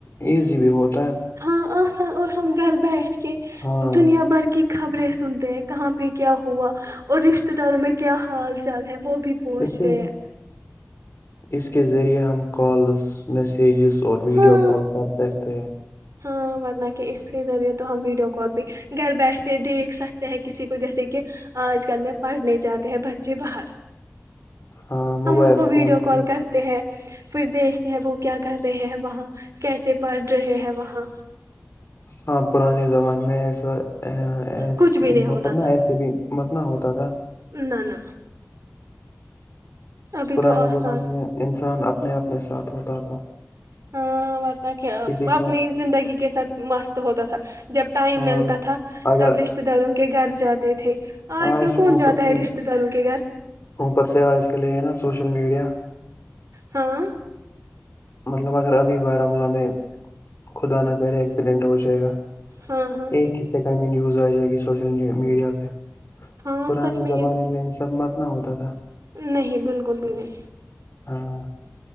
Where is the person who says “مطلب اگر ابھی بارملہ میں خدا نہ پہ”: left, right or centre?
Left